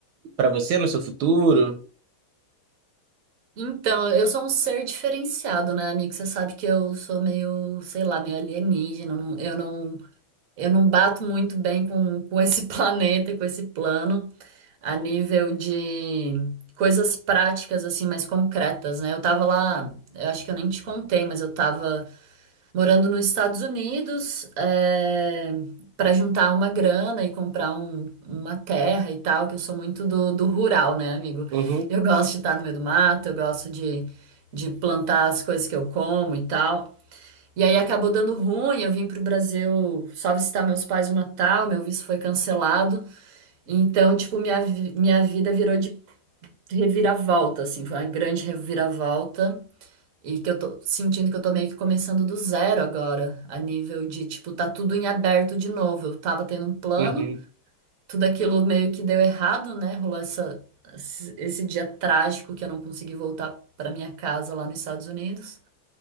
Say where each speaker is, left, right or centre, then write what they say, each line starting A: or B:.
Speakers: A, on the right; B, on the right.
A: para você, no seu futuro?
B: Então, eu sou um ser diferenciado, né, amigo? Você sabe que eu sou meio, sei lá, meio alienígena. Eu não, eu não, eu não bato muito bem com, com esse <laughs> planeta, e com esse plano, a nível de coisas práticas, assim, mais concretas, né? Eu tava lá, eu acho que eu nem te contei, mas eu tava. morando nos Estados Unidos, é, para juntar uma grana e comprar um- uma terra e tal, que eu sou muito do, do rural, né, amigo?
A: Uhum,
B: Eu gosto de estar no meio do mato, eu gosto de, de plantar as coisas que eu como e tal. E aí acabou dando ruim, eu vim pro Brasil só visitar meus pais no Natal, meu visto foi cancelado. Então, tipo, minha, vi- minha vida virou de reviravolta, assim, foi uma grande reviravolta. E que eu tô sentindo que eu tô meio que começando do zero agora, a nível de, tipo, tá tudo em aberto de novo. Eu tava tendo um plano,
A: uhum,
B: tudo aquilo meio que deu errado, né? Rolou essa, esse dia trágico que eu não consegui voltar pra minha casa lá nos Estados Unidos.